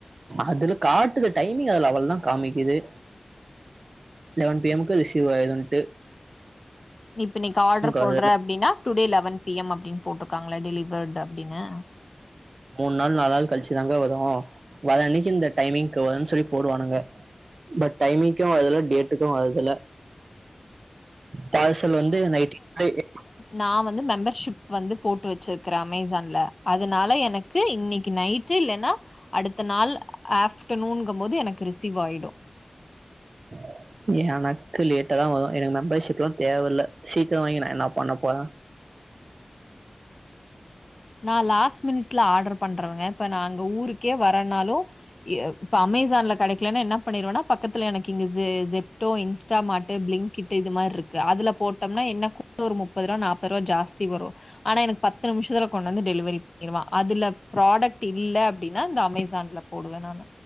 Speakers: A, on the right; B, on the left.
A: அதுல காட்டுது டைமிங் அதுல அவ்ளோதா காமிக்குது லெவன் பி எம் க்கு அது ரிசிவ் ஆயிடுன்ட்டு
B: இப்ப நீக்கு ஆர்டர் போடுற
A: வருது
B: அப்டின்னா டுடே லெவன் பி எம் அப்டின் போட்ருக்காங்களா டெலிவர்ட் அப்டின்னு
A: மூணு நாள் நாலு நாள் கழிச்சுதாங்கா வரு வர அன்னைக்கு இந்த டைமிங்க்கு வருன் சொல்லி போடுவானுங்க பட் டைமி்ங்க்கு வரதுல டேட்டுக்கு வரதுல்ல பார்சல் வந்து நைட் எட்டு <inaudible>
B: நா வந்து மெம்பர்ஷிப் வந்து போட்டு வச்சுருக்குற அமேசான்ல அதனால எனக்கு இன்னைக்கு நைட் ட்டு இல்லனா அடுத்த நாள் ஆஃப்டர்நூனுங்கு போது எனக்கு ரிசீவ் ஆய்டு
A: <inaudible> எனக்கு லேட்டாதா வரு எனக்கு மெம்பர்ஷிப்லா தேவையில்ல சீக்கிர வாங்கி நா என்ன பண்ண போற
B: நா லாஸ்ட் மினிட்ல ஆர்டர் பண்றவங்க இப்ப நா அங்க ஊருக்கே வரேனாலு இப்ப அமேசான்ல கெடைக்கலானா என்ன பண்ணிருவேனா பக்கத்துல எனக்கு இங்கஸ் இது ஜெப்டோ இன்ஸ்டா மார்ட்டு் பிளிங்க்ட் இது மாரிருக்கு அதுல போட்டோம்னா என்னக் ஒரு முப்பது ரூபா நாற்பது ரூபா ஜாஸ்தி வரு ஆனா எனக்கு பத்ர கொண்டாந்து டெலிவரி பண்ணிடுவா அதுல ப்ராடக்ட் இல்ல அப்டின்னா இந்த அமேசான்ல போடுவ நானு